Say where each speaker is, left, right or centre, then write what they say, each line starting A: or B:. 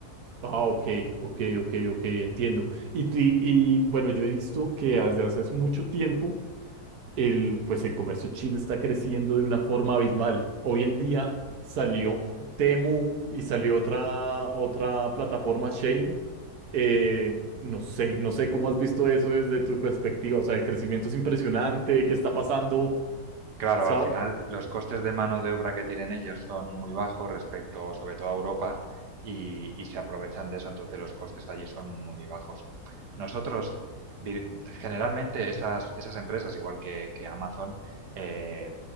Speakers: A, on the right; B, on the right.
A: Ah, ok, ok, ok, ok, entiendo. Y, ti- y bueno, yo he visto que desde hace mucho tiempo el, pues el comercio chino está creciendo de una forma abismal. Hoy en día salió Temu y salió otra, otra plataforma, Shein Eh,
B: Sí.
A: no sé, no sé cómo has visto eso desde tu perspectiva. O sea, el crecimiento es impresionante. ¿Qué está pasando?
B: Claro,
A: ¿Sabes?
B: al final los costes de mano de obra que tienen ellos son muy bajos respecto, sobre todo a Europa, y, y se aprovechan de eso, entonces los costes allí son muy bajos. Nosotros, di- generalmente esas, esas empresas, igual que, que Amazon, eh,